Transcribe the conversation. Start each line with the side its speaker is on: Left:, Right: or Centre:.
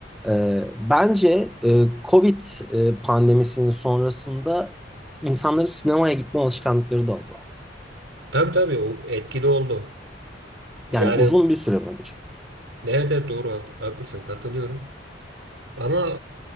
Centre: Ee, bence e, Covid e, pandemisinin sonrasında insanların sinemaya gitme alışkanlıkları da azaldı.
Right: Tabii tabii o etkili oldu.
Centre: Yani
Right: Yani
Centre: uzun bir süre boyunca.
Right: Evet, evet doğru haklı- haklısın katılıyorum. Ama